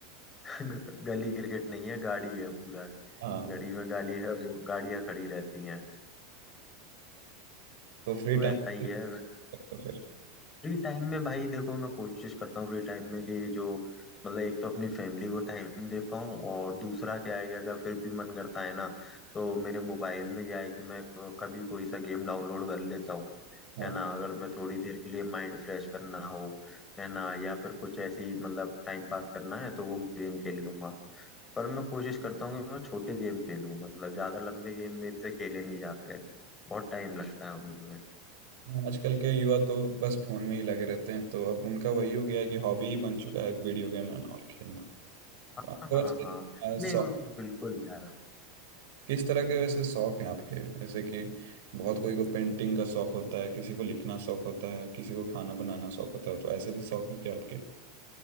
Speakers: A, on the left; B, on the right.
A: ग- गली क्रिकेट नहीं है गाड़ी है पूरा है।
B: हाँ
A: गली में गाली है वो गाड़ियां खड़ी रहती हैं
B: तो फ्री
A: तो
B: टाइम
A: ऐसा ही है
B: तो फिर
A: फ्री टाइम में भाई देखो मैं कोशिश करता हूँ फ्री टाइम में कि जो मतलब एक तो अपनी फैमिली को टाइम दे पाऊँ और दूसरा क्या है कि अगर फिर भी मन करता है ना तो मेरे मोबाइल में क्या है कि मैं क- कभी कोई सा गेम डाउनलोड कर लेता हूँ
B: हाँ
A: है ना अगर मैं थोड़ी देर के लिए माइंड फ्रेश करना हो है ना या फिर कुछ ऐसी मतलब टाइम पास करना है तो वो गेम खेल लूंगा पर मैं कोशिश करता हूँ कि मैं छोटे गेम खेलूँ मतलब ज्यादा लंबे गेम मेरे से खेले नहीं जाते हैं, बहुत टाइम लगता है उनमें
B: आजकल के युवा तो बस फोन में ही लगे रहते हैं तो अब उनका वही हो गया है कि हॉबी ही बन चुका है वीडियो गेम एंड ऑल खेलना
A: हाँ
B: तो आपको
A: हाँ
B: वैसे
A: हाँ
B: अ,
A: नहीं
B: शौक
A: बिल्कुल यार
B: किस तरह के वैसे शौक हैं आपके जैसे कि बहुत कोई को पेंटिंग का शौक होता है किसी को लिखना शौक होता है किसी को खाना बनाना शौक होता है तो ऐसे भी शौक है क्या आपके